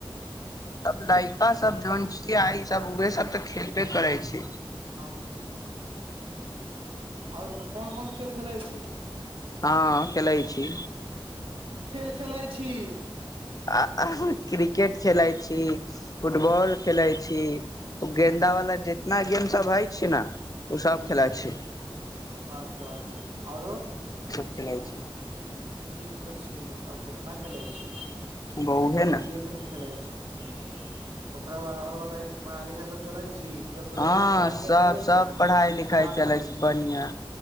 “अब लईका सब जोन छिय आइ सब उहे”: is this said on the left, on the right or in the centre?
Left